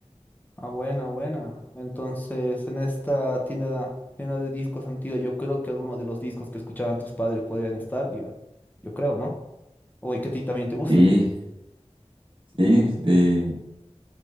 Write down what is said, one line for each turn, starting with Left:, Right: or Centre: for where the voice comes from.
Left: ah, buena, buena. Entonces, en esta tienda, tienda de discos antigua, yo creo que algunos de los discos que escuchaban tus padres podrían estar, yo, yo creo, ¿no? Oye, que a ti también te gustan.
Right: Sí, sí,
Left: Mm.
Right: eh,